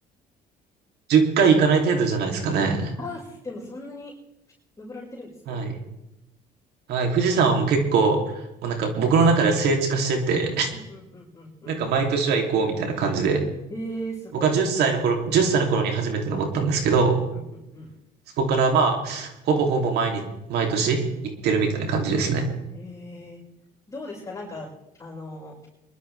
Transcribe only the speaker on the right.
10回行かない程度じゃないですかね。
はい。はい。
富士山はもう結構、もうなんか僕の中では聖地化してて、<laughs>
なんか毎年は行こうみたいな感じで。
僕は10歳の頃、1歳の頃に初めて登ったんですけど、
そこからまあ、ほぼほぼ毎日、毎年行ってるみたいな感じですね。